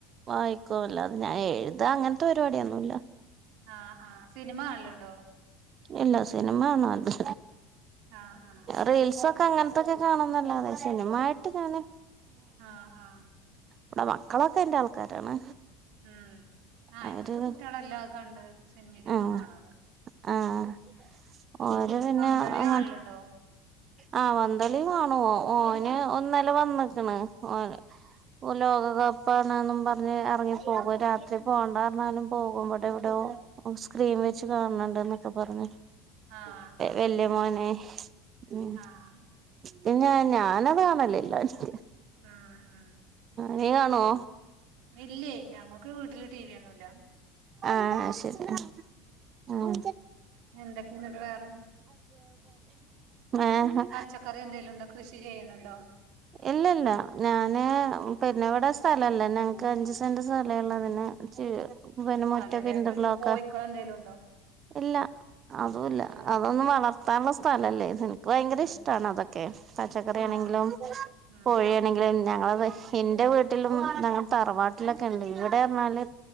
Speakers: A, on the right; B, on the right.
A: വായി ക്കു ല്ലാതെ ഞാൻ എഴുത അങ്ങൻത്തെ പരിപാട്യൊന്നുല്ല
B: ആഹ് ആഹ് സിനിമ കാണൽ ഉണ്ടോ
A: ഇല്ല സിനിമ ഒന്നും കണ്ടില്ല
B: ആഹ് ആഹ്
A: റീൽസൊക്കെ അങ്ങൻത്തൊക്കെ കാണുംന്നല്ലാതെ സിനിമായിട്ട് ഞാന്
B: ആഹ് ആഹ്
A: ഇവടെ മക്കളൊക്കെ അയ്ന്റെ ആൾക്കാരാണ്
B: ഉം ആഹ്
A: അവര്
B: ഇപ്പത്തെ കുട്ടികളെല്ലാം അഹ് കണ്ട് സിനിമയിലൊക്കെ
A: ആഹ്
B: കാണാല്
A: ആഹ് ഓരോ പിന്നെങ്ങൻ
B: പന്തളി കാണലുണ്ടോ
A: ആഹ് വന്തളി വാണൂ ഓന് ഒന്നല് വന്നിക്ണ് ഓ ഓ ലോകകപ്പാണ്ന്നും പർ ഞ് ഇറങ്ങിപ്പോകും രാത്രി പോണ്ടാർഞാലും പോകും ഇവിടെവ്ടോ സ്ക്രീൻ വെച്ച് കാൺണ് ണ്ട് ന്നൊക്കെ പറഞ്
B: ആഹ് ആഹ്
A: വല്യ മോനെ ഉം
B: ആഹ്
A: പിന്നെ ഞാനത് കാണല് ല്ലാ നിക്ക്
B: ഉം ഉം
A: നീ കാണോ
B: ഇല്ലേ ഞങ്ങക്ക് വീട്ടില് ടി വി ഒന്നുല്ല
A: ആഹ് ശരി ഉം
B: എന്തൊക്കന്നട്ട് വേറെ
A: ഏഹ്
B: പച്ചക്കറി എന്തേലുണ്ട കൃഷി ചെയ്യണണ്ടോ
A: ഇല്ലല്ല ഞാന് പിന്നെ ഇവിടെ സ്ഥലല്ലേ ഞങ്ങക്ക് അഞ്ചു സെന്റ് സ്ഥലള്ളതന്നെ ച്ച് പിന്നെ മുറ്റംക്കെ
B: അതെല്ലേ
A: ഇന്റർലോക്ക
B: കോഴിക്കള് എന്തേലും ഉണ്ടോ
A: ഇല്ലാ അതുംല്ല
B: ഉം
A: അതൊന്നും വളർത്താനുള്ള സ്ഥലല്ലേ ഇൻക്ക് ഭയങ്കര
B: ഉം
A: ഇഷ്ടാണ്
B: ഉം
A: അതൊക്കെ പച്ചക്കറി
B: ആഹ്
A: ആണെങ്കിലും
B: ഉം
A: കോഴിയണെങ്കിലും ഞങ്ങളത് ഇന്റെ വീട്ടിലും ഞങ്ങളെ തറവാട്ടിലൊക്കെണ്ട് ഇവിടെ അർഞ്ഞാല്